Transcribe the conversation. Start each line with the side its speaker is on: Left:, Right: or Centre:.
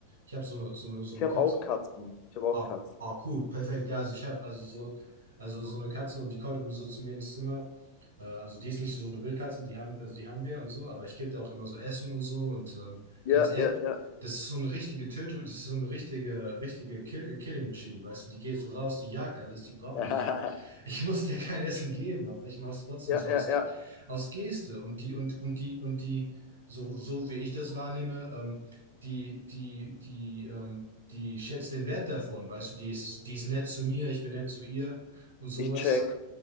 Right: ich habe so eine, so eine, so
Left: Ich
Right: eine
Left: habe
Right: Katze,
Left: auch Katzen. Ich habe auch
Right: Ah,
Left: Katzen.
Right: ah, cool, perfekt. Ja, also ich habe also so, also so eine Katze und die kommt immer so zu mir ins Zimmer. Äh, also die ist nicht so eine Wildkatze, die haben, also die haben wir und so, aber ich gebe da auch immer so Essen und so. Und ähm,
Left: Ja,
Right: ganz ehrlich,
Left: ja, ja.
Right: das ist so eine richtige Tötung, das ist so eine richtige, richtige Kill Killing Machine, weißt du, die geht so raus, die jagt alles, die braucht
Left: <laughs>
Right: nicht. Ich, ich muss der kein Essen geben, aber ich mache es trotzdem
Left: Ja,
Right: so aus,
Left: ja,
Right: Ge-
Left: ja.
Right: aus Geste. Und die, und, und die, und die, so, so wie ich das wahrnehme, ähm, die, die, die, ähm, die schätzt den Wert davon, weißt du, die ist, die ist nett zu mir, ich bin nett zu ihr und sowas.
Left: Ich check.